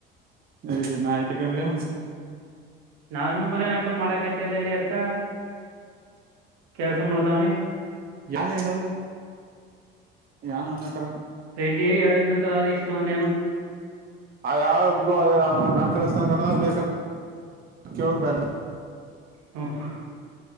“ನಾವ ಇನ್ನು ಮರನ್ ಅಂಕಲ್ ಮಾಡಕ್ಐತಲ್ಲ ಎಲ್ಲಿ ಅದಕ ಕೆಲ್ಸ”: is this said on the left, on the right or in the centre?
Right